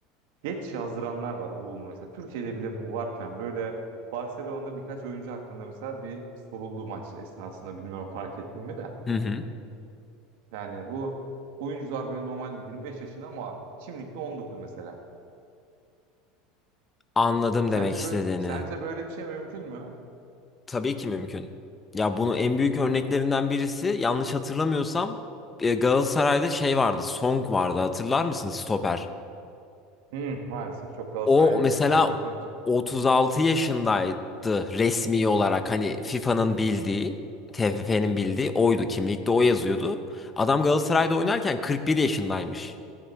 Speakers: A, on the right; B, on the left.
A: geç yazdıranlar var oğlunu mesela. Türkiye'de bile bu varken böyle Barcelona'da birkaç oyuncu hakkında mesela bir soruldu maç esnasında bilmiyorum fark ettim mi de.
B: Hı hı.
A: Yani bu oyuncular böyle normalde 25 yaşında ama şimdilikte 19 mesela.
B: Anladım
A: Sence
B: demek istediğini.
A: böyle sence böyle bir şey mümkün mü?
B: Tabii ki mümkün. Ya bunu en büyük
A: Ya
B: örneklerinden birisi yanlış hatırlamıyorsam e, Galatasaray'da şey vardı. Song vardı. Hatırlar mısın stoper?
A: hı, maalesef çok Galatasaray'ı
B: O mesela
A: takip etmiyoruz.
B: 36 yaşındaydı resmi olarak hani FIFA'nın bildiği, TFF'nin bildiği oydu. Kimlikte o yazıyordu. Adam Galatasaray'da oynarken 41 yaşındaymış.